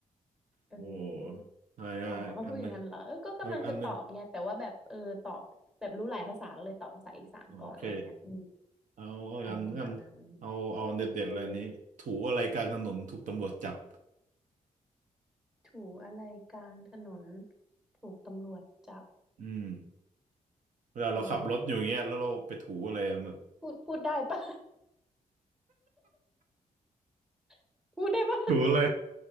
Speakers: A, in the centre; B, on the right (about 75°).
A: เออ
B: โอ้ใช่อะอีกอันหนึ่ง
A: อ๋อเขาพูดอย่างนั้นเหรอเออก็กำลังจะตอบไงแต่ว่าแบบเออตอบแบบรู้หลายภาษาก็เลยตอบภาษาอีสานก่อนอะไรเงี้ยอืม
B: เอาอีกอันหนึ่งโอเคเอาเอาอีกอันหนึ่งกันเอาเอาอันเด็ดๆเลยอันนี้ถูอะไรกลางถนนถูกตำรวจจับ
A: อะไรประมาณนั้นเออถูอะไรกลางถนนถูกตำรวจจับ
B: อืมเวลาเราขับรถอยู่อย่างเงี้ยแล้วเราไปถูอะไรแบบ
A: ถูพูดพูดได้ปะ <laughs> พูดได้ปะ
B: ถูอะไร